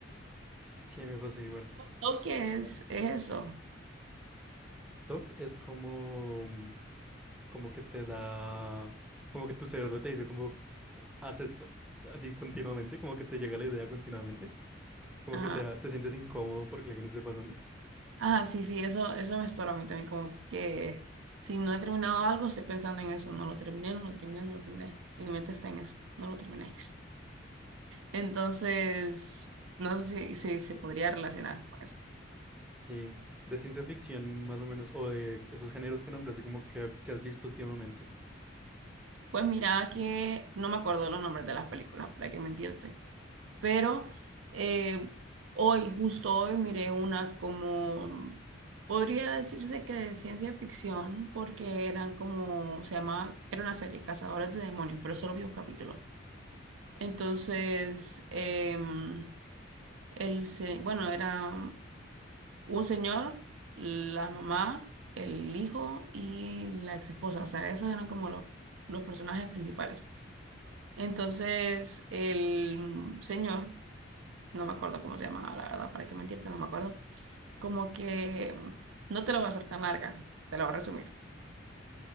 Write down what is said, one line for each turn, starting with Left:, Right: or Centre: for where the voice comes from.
Centre: Sí, me pasa igual.
Right: Toque es, es eso.
Centre: TOC es como, mm, como que te da, como que tu cerebro te dice como, haz esto, así continuamente, como que te llega la idea continuamente, como
Right: Ajá.
Centre: que te, da- te sientes incómodo porque la que no esté pasando.
Right: Ajá, sí, sí, eso, eso me estorba a mí también, como que si no he terminado algo, estoy pensando en eso, no lo terminé, no lo terminé, no lo terminé. Y mi mente está en eso, no lo terminé. Entonces, no sé si, si se podría relacionar con eso.
Centre: Sí, de ciencia ficción más o menos, o de esos géneros que nombraste, como que, que has visto últimamente.
Right: Pues mira que no me acuerdo los nombres de las películas, para qué mentirte. pero eh, hoy, justo hoy, miré una como, podría decirse que de ciencia ficción, porque eran como, se llamaba, era una serie, Cazadores de Demonios, pero solo vi un capítulo. Entonces, em, el, se- bueno, era un señor, la mamá, el hijo y la ex esposa, o sea, esos eran como los, los personajes principales. Entonces, el señor no me acuerdo cómo se llamaba, la verdad, para qué mentirte, no me acuerdo. Como que mm, no te la voy a hacer tan larga, te la voy a resumir.